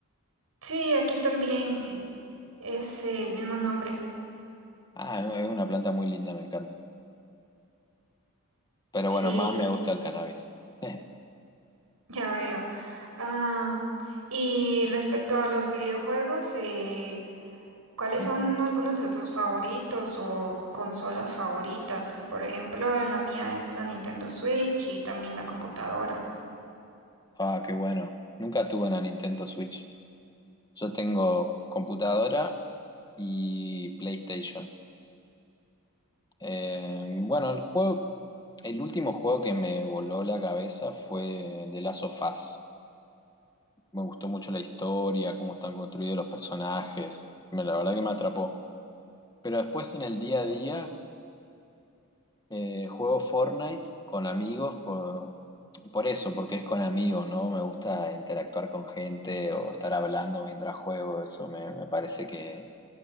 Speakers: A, on the right; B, on the left.
A: Sí, aquí también eh, es el mismo nombre.
B: Ah, es una planta muy linda, me encanta. Pero
A: Sí,
B: bueno, más me gusta el cannabis. <laughs>
A: ya veo. Ah, y respecto a los videojuegos, eh, ¿cuáles
B: Ujú.
A: son algunos de tus favoritos o consolas favoritas? Por ejemplo, la mía es la Nintendo Switch y también la computadora.
B: Ah, qué bueno. Nunca tuve una Nintendo Switch. Yo tengo computadora y PlayStation. Eh, bueno, el juego, el último juego que me voló la cabeza fue The Last of Us. Me gustó mucho la historia, cómo están construidos los personajes. Me- La verdad que me atrapó. Pero después en el día a día eh, juego Fortnite con amigos por, por eso, porque es con amigos, ¿no? Me gusta interactuar con gente o estar hablando mientras juego. Eso me, me parece que,